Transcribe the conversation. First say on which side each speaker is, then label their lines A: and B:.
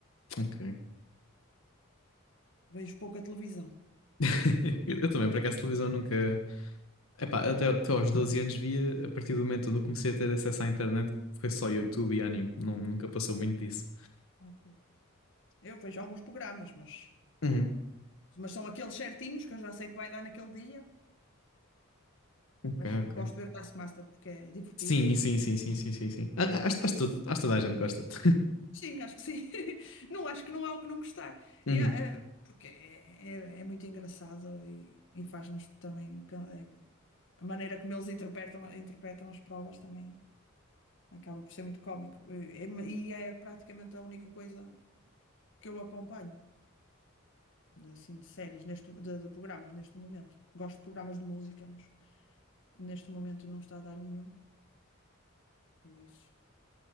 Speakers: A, on the left (about 75°); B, on the left (about 65°).
A: Ok.
B: Vejo pouca televisão.
A: <laughs> Eu também, por acaso, televisão nunca. Epá, até, até aos 12 anos via, a partir do momento onde eu comecei a ter acesso à internet, foi só YouTube e anime. Não, nunca passou muito disso.
B: Ok. Eu vejo alguns programas, mas,
A: Uhum.
B: mas são aqueles certinhos que eu já sei que vai dar naquele dia,
A: Ok,
B: mas
A: ok.
B: gosto de ver o Taskmaster porque é divertido.
A: Sim, sim, sim, sim, sim, sim, sim. A- a- Acho,
B: Esse
A: acho, todo- acho toda a gente gosta. <laughs>
B: Sim, acho que sim. <laughs> Não acho que não há o que não gostar.
A: Uhum.
B: E há, eh, porque é, é- é muito engraçado e, e faz-nos também pen- em- a maneira como eles interpretam, interpretam as provas também acaba por ser muito cómico. E é, e é praticamente a única coisa que eu acompanho de, assim, de séries neste, de, de programas neste momento. Gosto de programas de música, mas neste momento não está a dar nenhum, por isso.